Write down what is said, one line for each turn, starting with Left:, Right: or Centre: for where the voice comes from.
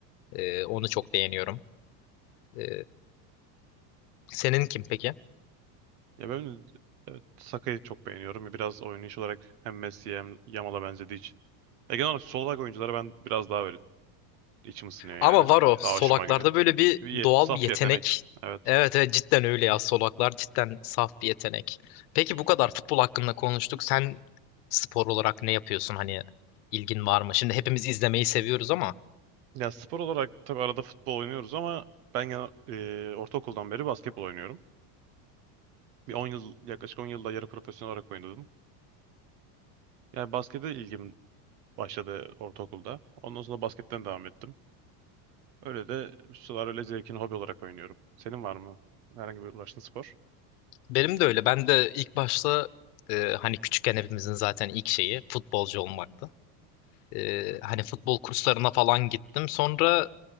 Left: E, onu çok beğeniyorum. E, senin kim peki?
Right: Ya ben evet, Saka'yı çok beğeniyorum. Biraz oynayış olarak hem Messi'ye hem Yamal'a benzediği için. Ya genel olarak sol bek oyuncuları ben biraz daha böyle içim ısınıyor
Left: Ama
Right: yani.
Left: var o solaklarda
Right: Daha hoşuma gidiyor.
Left: böyle bir
Right: Bir ye-
Left: doğal
Right: saf
Left: bir yetenek.
Right: yetenek. Evet.
Left: Evet evet cidden öyle ya solaklar cidden saf bir yetenek. Peki bu kadar futbol hakkında konuştuk. Sen spor olarak ne yapıyorsun? Hani ilgin var mı? Şimdi hepimiz izlemeyi seviyoruz ama
Right: Ya spor olarak tabii arada futbol oynuyoruz ama ben genel, e, ortaokuldan beri basketbol oynuyorum. Bir 10 yıl yaklaşık 10 yılda yarı profesyonel olarak oynadım. Yani baskete ilgim başladı ortaokulda. Ondan sonra basketten devam ettim. Öyle de sular öyle zevkini hobi olarak oynuyorum. Senin var mı herhangi bir uğraştığın spor?
Left: Benim de öyle. Ben de ilk başta e, hani küçükken hepimizin zaten ilk şeyi futbolcu olmaktı. E,
Right: Evet.
Left: hani futbol kurslarına falan gittim. Sonra